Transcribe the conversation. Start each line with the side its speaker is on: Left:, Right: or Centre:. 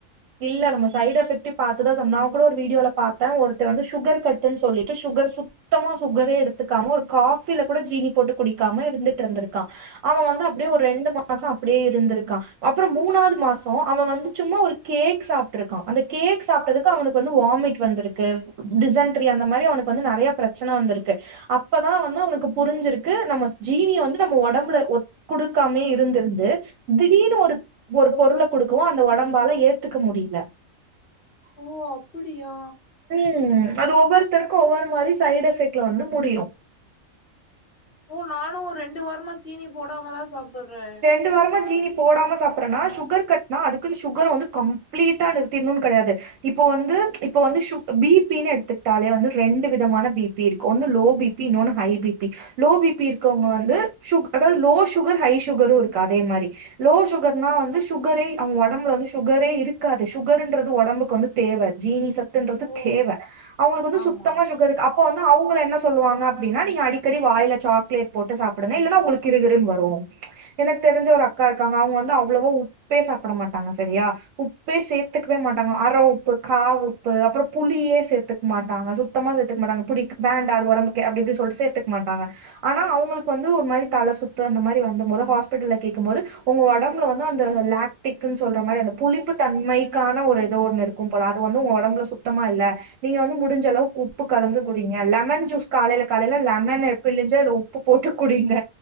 Right: இல்ல நம்ம சைட் எஃபெக்ட்டு பாத்துதா சம் நா கூட ஒரு வீடியோல பாத்தே ஒருத்தெ வந்து சுகர் கட்டுன்னு சொல்லிட்டு சுகர் சு சுத்தமா சுகரே எடுத்துக்காம ஒரு காஃபில கூட ஜீனி போட்டு குடிக்காம இருந்துட் இருந்திருக்கா அவெ வந்து அப்டியே
Left: ம்
Right: ஒரு ரெண்டு மாசோ அப்டியே இருந்திருக்கா அப்பறோ மூணாவது மாசோ அவெ வந்து சும்மா ஒரு கே க் சாப்பிட்ருக்கா அந்த கேக் சாப்டதுக்கு அவனுக்கு வந்து வாமிட் வந்துருக்கு டிசன்ட்ரி அந்த மாரி அவனுக்கு வந்து நெறைய பிரச்சன வந்திருக்கு அப்பதான் வந்து அவுங்களுக்கு புரிஞ்சிருக்கு நம்ம ஜீனிய வந்து நம்ம உடம்புல ஒ குடுக்காமே இருந்திருந்து திடீர்னு ஒரு ஒரு பொருளை குடுக்கவும் அந்த உடம்பால ஏ த்துக்க முடில
Left: ஓ அப்டியா
Right: ம் அது ஒவ்வொருத்தருக்கும் ஒவ்வொரு மாரி சைட் எஃபெக்ட்ல வந்து முடியும்
Left: ஓ நானும் ஒரு ரெண்டு வாரமா சீனி போடாமதான் சாப்பிடுறேன்
Right: ரண்டு‌வாரமா ஜீனி போடாம சாப்பறனா சுகர் கட்நா அதுகுனு சுகர் வந்து கம்ளீட்டா நிறுத்தும்னு கிடையாது இப்போ வந்து இப்போ வந்து சு பிபினு எடுத்துட்டாலே வந்து ரெண்டு விதமான பி பி இருக்கு ஒன்னு லோ பிபி இன்னொன்னு ஹை பிபி லோ பிபி இருக்கவங்க வந்து சு அதாவது லோ சுகர் சு ஹை சுகரும் இருக்கு அதே மாரி லோ சுகர்னா வந்து சுகரே அவங்க உடம்புல வந்து சுகரே இருக்காது சுகர்ன்றது உடம்புக்கு வந்து தேவ ஜீனி சத்துன்றது
Left: ஓ
Right: தேவ அவங்களுக்கு வந்து
Left: ஆமா
Right: சுத்தமா சு கர் அப்ப வந்து அவங்க என்ன சொல்லுவாங்க அப்படின்னா நீங்க அடிக்கடி வாயில சாக்லேட் போட்டு சாப்பிடுங்க இல்லனா உங்களுக்கு கிரு கிருன்னு வரும் எனக்கு தெரிஞ்ச ஒரு அக்கா இருக்காங்க அவங்க வந்து அவ்ளவோ உப்பே சாப்பிட மாட்டாங்க சரியா உப்பே சேர்த்துக்கவே மாட்டாங்க அற உப்பு கா உப்பு அப்புறம் புளியே சேர்த்துக்க மாட்டாங்க சுத்தமா சேர்த்துக்க மாட்டாங்க புடி வேண்ட அது உடம்புக்கு அப்டி இப்டி சொல்லிட்டு சேர்த்துக்க மாட்டாங்க ஆனா அவங்களுக்கு வந்து ஒரு மாரி தலை சுத்து அந்த மாரி வ வந்த போது ஹாஸ்பிட்டல்ல கேக்கும் போது உங்க உடம்பு வந்து அந்த லாக்டிக் சொல்ற மாரி அந்த புளிப்பு தன்மைக்கான ஒரு ஏதோ ஒன்று இருக்கும் போல அது வந்து உங்க உடம்புல சுத்தமா இல்ல நீங்க வந்து முடிஞ்ச அளவுக்கு உப்பு கலந்து குடிங்க லெமன் ஜூஸ் காலையில காலையில லெமன் புளிஞ்சி உப்பு போட்டு குடிங்க